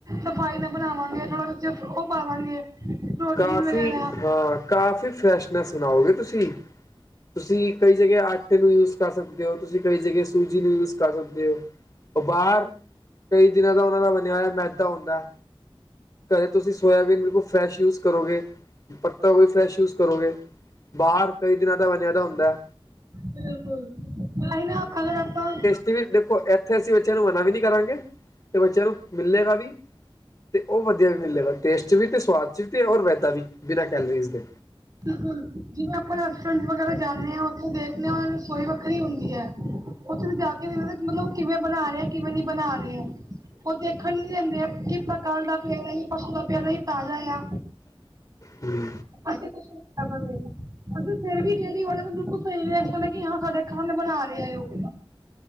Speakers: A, on the right (about 40°); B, on the left (about 40°).
A: ਸਫ਼ਾਈ ਨਾਲ ਬਣਾਵਾਂਗੇ ਥੋੜਾ ਬੱਚੇ ਉਹ ਪਾਵਾਂਗੇ ਪ੍ਰੋਟੀਨ
B: ਕਾਫ਼ੀ
A: ਵਗੈਰਾ
B: ਹਾਂ ਕਾਫੀ ਫਰੈਸ਼ਨਨੈਸ ਬਣਾਓਗੇ ਤੁਸੀਂ ਤੁਸੀਂ ਕਈ ਜਗ੍ਹਾ ਆਟੇ ਨੂੰ ਯੂਜ ਕਰ ਸਕਦੇ ਹੋ ਤੁਸੀਂ ਕਈ ਜਗ੍ਹ ਸੂਜੀ ਨੂੰ ਯੂਜ ਕਰ ਸਕਦੇ ਹੋ ਉਹ ਬਾਹਰ ਕਈ ਦਿਨਾਂ ਦਾ ਉਹਨਾਂ ਦਾ ਬਣਿਆ ਹੋਇਆ ਮੈਦਾ ਹੁੰਦਾ ਘਰੇ ਤੁਸੀਂ ਸੋਇਆਬੀਨ ਬਿਲਕੁਲ ਫਰੈਸ਼ ਯੂਜ ਕਰੋਗੇ, ਪੱਤਾ ਗੋਭੀ ਫਰੈਸ਼ ਯੂਜ ਕਰੋਗੇ ਬਾਹਰ ਕਈ ਦਿਨਾਂ ਦਾ ਬਣਿਆ ਹੁੰਦਾ
A: ਬਿਲਕੁਲ ਆ ਨਾ ਅਗਰ ਆਪਾਂ
B: ਤੇ ਏਥੇ ਦੇਖੋ ਇੱਥੇ ਅਸੀਂ ਬੱਚਿਆਂ ਨੂੰ ਮਨਾ ਵੀ ਨਹੀਂ ਕਰਾਂਗੇ ਤੇ ਬੱਚਿਆਂ ਨੂੰ ਮਿਲੇਗਾ ਵੀ ਤੇ ਉਹ ਵਧੀਆ ਵੀ ਮਿਲੇਗਾ ਟੇਸਟ 'ਚ ਵੀ ਤੇ ਸਵਾਦ 'ਚ ਵੀ ਅਤੇ ਔਰ ਵੈਦਾ ਵੀ ਬਿਨਾਂ ਕੈਲਰੀਜ਼ ਦੇ
A: ਜਿਵੇਂ ਆਪਾਂ <unintelligible> ਵਗੈਰਾ ਜਾਣੇ ਆ ਉੱਥੇ ਦੇਖਦੇ ਹਾਂ ਰਸੋਈ ਵੱਖਰੀ ਹੁੰਦੀ ਐ ਉੱਥੇ ਜਾ ਕੇ ਮਤਲਬ ਕਿਵੇਂ ਬਣਾ ਰਹੇ ਐ ਕਿਵੇਂ ਨੀ ਬਣਾ ਰਹੇ ਐ ਉਹ ਦੇਖਣ ਨੀ ਦਿੰਦੇ ਆ ਕਿ ਪਤਾ ਕੱਲ ਦਾ ਪਿਆ ਦਾ ਹੀ ਪਰਸੋ ਦਾ ਪਿਆ ਹੀ ਤਾਜ਼ਾ ਆ
B: ਹੂੰ,
A: ਅਸੀਂ ਕੁਛ ਫਿਰ ਵੀ ਡੇਅਰੀ ਵਾਲੇ ਨੂੰ ਬਿਲਕੁਲ ਵੀ ਲੱਗੇ ਹਾਂ ਤੁਹਾਡੇ ਸਾਹਮਣੇ ਹੀ ਬਣਾ ਰਿਹਾ ਉਹ ਚੀਜ਼